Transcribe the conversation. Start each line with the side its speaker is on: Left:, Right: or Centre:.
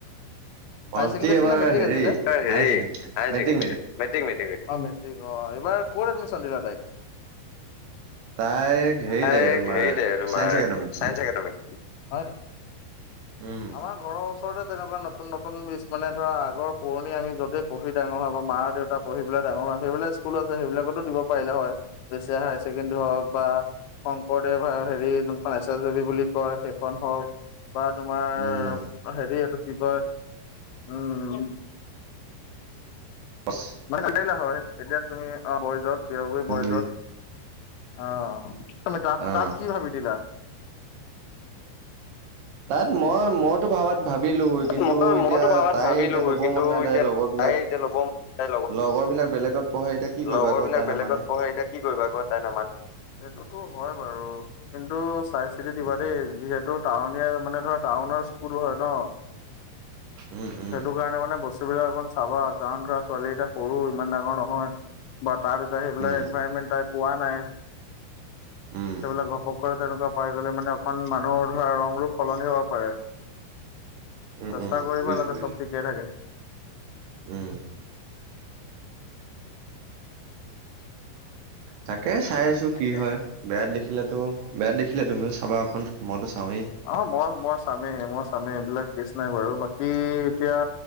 Right: ভণ্টি
Left: হাই চেকেণ্ডেৰী আছিলে
Right: এবাৰ
Left: নে মেট্ৰিক
Right: হেৰি
Left: আছিলে? এ হেৰী
Right: হায়াৰ secondary
Left: high
Right: matric
Left: secondary, matric matric matric. অঁ মে মেট্ৰিক অঁ, এইবাৰ ক'ত এডমিচন দিলা তাইক?
Right: তাইক হেৰিতে
Left: তাইক
Right: তোমাৰ
Left: হেৰীতে তোমাৰ
Right: চাইন্স একাডেমি
Left: চাইন্স একাডেমি। হয় নেকি?
Right: উম,
Left: আমাৰ। ঘৰৰ ওচৰতে তেনেকুৱা নতুন নতুন মানে ধৰা আগৰ পুৰণি আমি য'তে পঢ়ি ডাঙৰ হোৱা, আমাৰ মা দেউতা পঢ়ি পেলাই ডাঙৰ হোৱা। সেইবিলাক স্কুলো আছে সেইবিলাকটো দিব পাৰিলা হয়। বেছেয়া হায়াৰ চেকেণ্ডেৰী হওঁক বা শংকৰদেৱ আৰু হেৰী যোনখন এচছৱী বুলি কয়। সেইখন হওঁক বা তোমাৰ
Right: উম।
Left: হেৰী এইটো কি কয়? উম
Right: বচ
Left: দিব পাৰিলা হয় এতিয়া তুমি অঁ বয়েজত
Right: শিলিগুৰি।
Left: বয়েজত অঁ তুমি তাত
Right: অ'।
Left: তাত কি ভাবি দিলা?
Right: তাত মই মইতো ভাবাত ভাবিলো হয়। কিন্তু
Left: মই
Right: এতিয়া
Left: মইতো ভাবাত
Right: তাই
Left: ভাবিলো
Right: এতিয়া ল'ব
Left: কিন্তু
Right: মন নাই তাইৰ
Left: এতিয়া
Right: লগৰ বিলাক
Left: তাই এতিয়া ল'ব তাই
Right: লগৰ বিলাক বেলেগত পঢ়ে এতিয়া কি
Left: লগৰ
Right: কৰিবা কোৱা
Left: বিলাক
Right: তাই
Left: বেলেগত
Right: নামানে।
Left: পঢ়ে এতিয়া কি কৰিবা কোৱা তাই নামানে। সেইটোতো হয় বাৰু কিন্তু চাই চিতি
Right: উম,
Left: দিবা দেই যিহেতু টাউনীয়া মানে ধৰা টাউনৰ স্কুল হয় ন?
Right: উম- উম।
Left: সেইটো কাৰণে মানে বস্তুবিলাক অকণ চাবা কাৰণ ধৰা ছোৱালী এতিয়া সৰু ইমান ডাঙৰ নহয়। বা তাৰভিতৰত সেইবিলাক
Right: উম,
Left: এনভাইৰমেন্ট তাই পোৱা নাই সেইবিলাক
Right: উম,
Left: ঘপকৈ তেনেকুৱা পাই গ'লে মানে অকমান মানুহৰ ধৰা ৰং ৰূপ সলনি হ'ব পাৰে।
Right: উম,
Left: চেষ্টা
Right: উম,
Left: কৰিবা
Right: বুজিছো
Left: যাতে
Right: বুজিছো
Left: চব ঠিকে থাকে।
Right: উম। তাকে চাই আছো
Left: তাকে
Right: কি হয় বেয়াত দেখিলেতো বেয়াত দেখিলে তুমিও চাবা অকন মইতো চাওঁৱে।
Left: অ', মই-মই চামেই মই চামে এইবিলাক কেছ নাই বাৰু বাকী এতিয়া